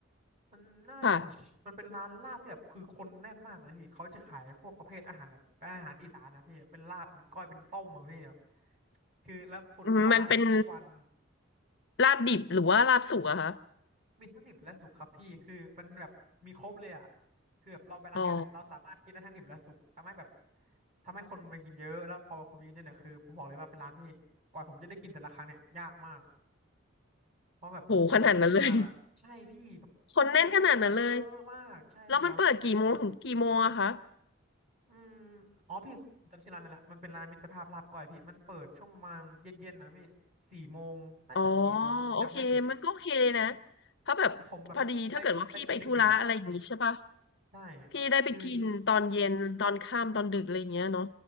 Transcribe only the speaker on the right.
มันน่าจะมันเป็นร้านลาบที่แบบคือคนแน่นมากเลยพี่เขาจะขายพวกประเภทอาหารแบบเป็นอาหารอีสานนะพี่เป็นลาบเป็นก้อยเป็นต้มอะพี่แบบ
คือแล้วคนเข้าร้านทุกวัน
มีทั้งดิบและสุกครับพี่คือมันแบบมีครบเลยอ่ะคือแบบเราไปร้านเดียวเนี่ยเราสามารถกินได้ทั้งดิบและสุกทำให้แบบ
ทำให้คนมากินเยอะแล้วพอคนมากินเยอะเนี่ยคือผมบอกเลยว่าเป็นร้านที่กว่าผมจะได้กินแต่ละครั้งเนี่ยยากมากเพราะแบบคนมันเยอะมากอ่ะใช่พี่แบบคนมันเยอะมากใช่ครับ
อืมอ๋อพี่ผมจำชื่อร้านได้แล้วมันเป็นร้านมิตรภาพลาบก้อยพี่มันเปิดช่วงประมาณเย็นๆนะพี่สี่โมงน่าจะสี่โมงนะผมจำไม่ผิด
ผมแบบไปไปกินดึกๆอ่ะ ใช่ครับคือ